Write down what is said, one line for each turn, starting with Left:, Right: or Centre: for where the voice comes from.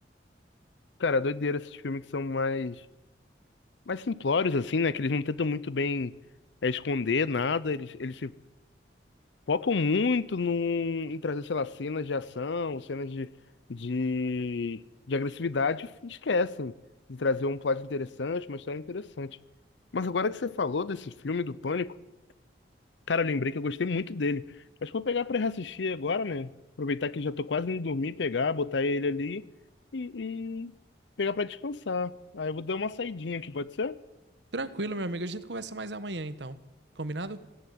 Left: Cara, é doideira esses filmes que são mais, mais simplórios, assim, né? Que eles não tentam muito bem eh, esconder nada, eles, eles se focam muito num, em trazer, sei lá, cenas de ação, cenas de, de, de agressividade, e esquecem de trazer um plot interessante, uma história interessante. Mas agora que você falou desse filme do Pânico, cara, eu lembrei que eu gostei muito dele. Acho que vou pegar pra reassistir agora, né? Aproveitar que já tô quase indo dormir, pegar, botar ele ali e, e pegar pra descansar. Aí eu vou dar uma saidinha aqui, pode ser?
Right: Tranquilo, meu amigo, a gente conversa mais amanhã, então. Combinado?